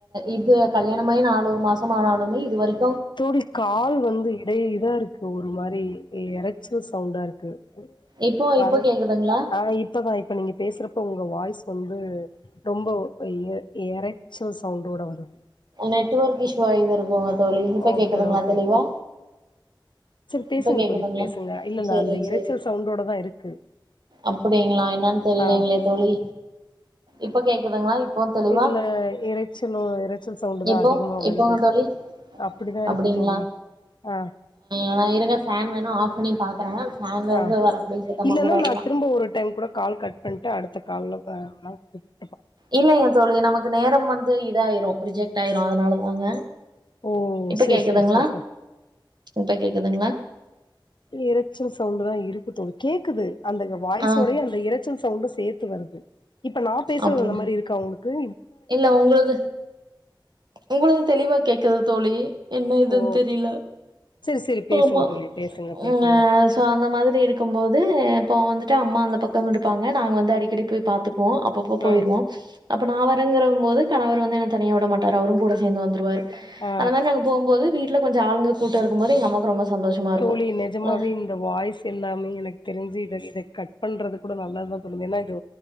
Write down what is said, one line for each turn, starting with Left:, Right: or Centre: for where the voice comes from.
Right: இது கல்யாணமாய் நாலு மாசம்மானாலுமே இதுவரைக்கு
Left: தோழி கால் வந்து இடை இதா இருக்கு ஒரு மாரி எற சு சவுண்டா இருக்கு
Right: இப்போ
Left: பாரு
Right: இப்போ கேக்குதுங்களா
Left: ஆ இப்பதா இப்ப நீங்க பேசுறப்ப உங்க வாய்ஸ் வந்து ரொம்ப எ எறச்சல் ச சவுண்டோட வரு
Right: நெட்வொர்க் இஸ்ஷுவா ஏது இருக்கு தோழி இப்ப
Left: ஓகே
Right: கேக்குதுங்ளா
Left: ஓகே
Right: தெளிவா
Left: சரி பேசுங்க
Right: இப்ப கேக்குதுங்களா
Left: தோழி பேசுங்க இல்லல்ல
Right: சேரிங்க
Left: அந்த இறைச்சல்
Right: சேரி
Left: சவுண்டோடதா இருக்கு
Right: அப்டிங்களா என்னன்னு தெரியலங்களே
Left: ஆ
Right: தோழி இப்ப கேக்குதுங்களா இப்போ தெளிவா
Left: இல்ல இரைச்சலோ இரைச்சல் சவுண்டு தா
Right: இப்போ
Left: அதிகமா வருது
Right: இப்போங்க தோழி
Left: அப்பிடிதா இருக்கு
Right: அப்டிங்களா
Left: தோழி ஆ
Right: நா இருங்க ஃபேன் வேணா ஆஃப் பண்ணி பாக்குறே ஃபேன்ல
Left: ஆ
Right: இருந்து வரக்கூடிய சத்தமா
Left: இல்லன்னா
Right: கூட இருக்கலா
Left: நா திரும்ப ஒரு டைம் கூட கால் கட் பண்ட்டு அடுத்த கால்ல வ வெனா கூப்
Right: இல்லெங்க தோழி நமக்கு நேரம் வந்து இதாயிரு ரிஜெக்ட் ஆயிரு அதுனால தாங்க
Left: ஓ
Right: இப்ப
Left: செர்
Right: கேக்குதுங்களா
Left: செர் செர் செ
Right: இப்ப கேக்குதுங்களா
Left: இரைச்சல் சவுண்டு தா இருக்கு தோழி கேக்குது அந்த வாய்ஸோடையெ
Right: ஆ
Left: அந்த இரச்சல் சவுண்டு சேத்து வருது இப்ப நா பேசுறது
Right: அப்போ
Left: அந்த மாரி இருக்கா உங்ளுக்கு
Right: இல்ல உங்களுது உங்களுது தெளிவா கேக்குது தோழி என்ன இதுன்
Left: ஓ
Right: தெரில
Left: செரி செரி பேசுங்க
Right: ஆமா
Left: தோழி பேசுங்க பேசுங்க
Right: அ சோ அந்த மாதிரி இருக்கும்போது இப்ப வந்து ட்டு அம்மா அந்த பக்கமிடுக்காங்க நாங்க வந்து அடிக்கடி போய் பாத்து ப்போ அப்பப்ப போயிருவோ
Left: ம்
Right: அப்ப நா வ ரங்கறம்மோது கணவர் வந்து என தனியா வுட மாட்டாரு அவரு கூட சேந்து வந்துருவாரு
Left: ஆ
Right: அந்த மாரி நாங்க போம்போது வீ ட்ல கொஞ்ச ஆளுங்க கூட்ட இருக்கும் போது எங்க அம்மாக்கு ரொம்ப சந்தோஷமா இருக்கு
Left: தோழி நெஜமாவே
Right: அ
Left: இந்த வாய்ஸ் எல்லாமே எனக்கு தெருஞ்சு இத இத கட் பண்றது கூட நல்லதுதா தோனுது ஏன்னா இது